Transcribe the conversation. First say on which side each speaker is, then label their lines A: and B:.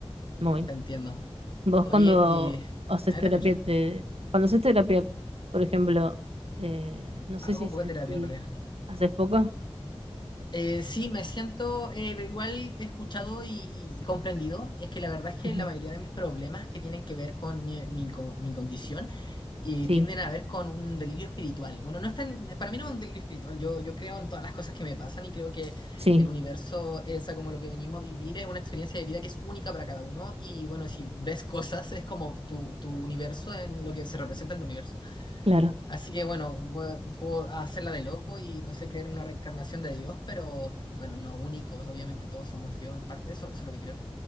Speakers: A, on the right; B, on the left.
A: muy.
B: Te entiendo.
A: Vos
B: Oye,
A: cuando
B: eh,
A: haces
B: ah,
A: terapia,
B: te escucho.
A: te... cuando haces terapia, por ejemplo, eh, no sé
B: Hago
A: si
B: poca
A: sentís,
B: terapia en realidad.
A: ¿haces poco?
B: Eh, sí, me siento eh, igual escuchado y, y- y comprendido. Es que la verdad es que
A: Ujú.
B: la mayoría de mis problemas que tienen que ver con mi, mi co- mi condición eh,
A: Sí,
B: tienden a ver con un delirio espiritual. Bueno, no es tan- para mí no es un delirio espiritual. Yo, yo creo en todas las cosas que me pasan y creo que
A: sí,
B: el universo, eh, o sea, como lo que venimos a vivir, es una experiencia de vida que es única para cada uno. Y bueno, si ves cosas, es como tu, tu universo en lo que se representa en tu universo.
A: claro.
B: Así que bueno, voy- puedo hacerla de loco y no sé, creerme una reencarnación de Dios, pero bueno, no únicos, obviamente todos somos Dios en parte, eso, eso es lo que creo.